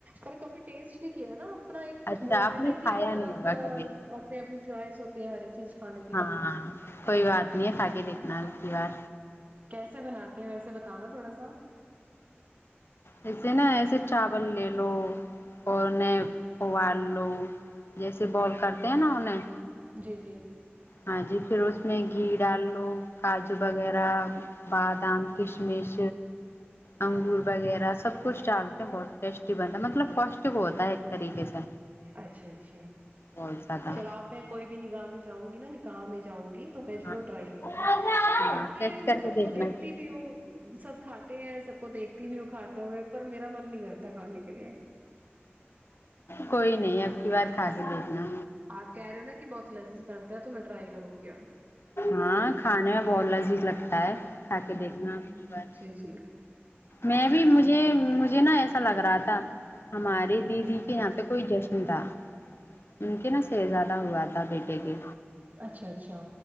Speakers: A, on the right; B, on the left.
A: اور کبھی ٹیسٹ نہیں کیا نا اپنا ایک
B: اچھا
A: وہ ہوتا
B: آپ
A: ہے نا
B: نے
A: کہ
B: کھایا
A: اپنا
B: نہیں
A: اپنا
B: ہوگا کبھی
A: اپنی اپنی چوائس ہوتی ہے ہر ایک چیز کھانے کے
B: ہاں
A: لیے
B: کوئی بات نہیں ہے کھا کے دیکھنا اب کی بار
A: کیسے بناتے ہیں ویسے بتانا تھوڑا سا
B: ایسے نا ایسے چاول لے لو اور انہیں ابال لو جیسے بئل کرتے ہیں نا انہیں
A: جی جی
B: ہاں جی پھر اس میں گھی ڈال لو کاجو وغیرہ بادام کش مش انگور وغیرہ سب کچھ ڈالتے ہیں بہت ٹیسٹی بنتا ہے مطلب پوشٹک کو ہوتا ہے ایک طریقے سے
A: اچھے اچھے
B: بہت زیادہ
A: چلو اپ میں کوئی بھی نکاح میں جاؤں گی نا نکاح میں جاؤں گی تو میں ضرور
B: ہاں
A: ٹرائی کروں گی
B: ہاں،
A: سب کھاتے
B: ٹیسٹ
A: ہیں میں
B: کر
A: سب
B: کے دیکھنا
A: کو دیکھتی بھی ہوں سب کھاتے ہیں سب کو دیکھ تی ہوں کھاتے ہوئے پر میرا من نہیں کرتا کھانے کے لیے
B: کوئی نہیں ہے اب کی بار کھا کے دیکھنا
A: آپ کہہ رہے ہو نا کہ بہت لذیذ بنتا ہے تو میں ٹرائی کروں گی اب
B: ہاں کھانے میں بہت لذیز لگتا ہے کھا کے دیکھنا
A: جی
B: اس بار
A: جی جی
B: میں بھی مجھے مجھے نا ایسا لگ رہا تھا ہماری دیدی کے یہاں پہ کوئی جشن تھا ان کے نا شہزا دہ ہوا تھا بیٹے کے
A: اچھا اچھا